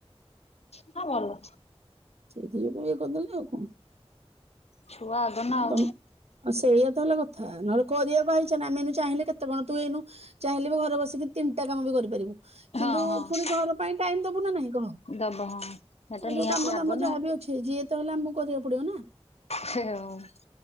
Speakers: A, on the left; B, on the right.
A: ନା ଭଲ।
B: ସେଇଥି ଯୋଗୁ ଇଏ କରିଦେଲେନି ଆଉ କଣ?
A: ଛୁଆ ଆଗ ନା ଆଉ
B: ତମ ଉ ସେଇଆ ତ ହେଲା କ ଥା ନହେଲେ କରିବାକୁ ଆଇଛ ନା ଆମେନୁ ଚାହିଁଲେ କେତେ କଣ ତୁ ଏଇନୁ ଚାହିଁଲେ ବି ଘରେ ବସିକି ତିନିଟା କାମ ବି କରିପାରିବୁ। କିନ୍ତୁ
A: ହଁ ହଁ
B: ପୁଣି ଘର ପାଇଁ ଟାଇମ ଦବୁ ନା ନାହିଁ କହ
A: ଦବ ହଁ। ସେଟା
B: ଆଉ ଯୋଉ
A: ନିହାତି
B: କାମ
A: ଆଗ
B: ଦାମ
A: ନା
B: ଯାହାବି ଅଛି ଯିଏ ତ ହେଲା ଆମକୁ କରିବାକୁ ପଡିବ ନା।
A: ହଁ।